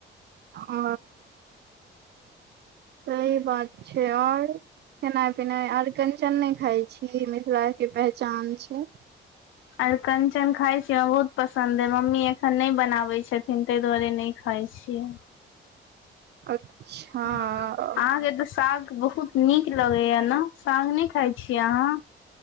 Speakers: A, on the right; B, on the left.
A: ओ सही बात छै आओर खेनाइ पिनाइ आर अरकंचन नहि खाइ छी मिथिलाके पहचान छै
B: आर कंचन खाय छी हम बहुत पसंन्द हे मम्मी एखन नहि बनावे छथिन ताहि दुआरे नऽ खाइ छियै
A: अच्छा
B: अहाँके तऽ साग बहुत नीक लगे या नऽ साग न खाय छीिय अहाँ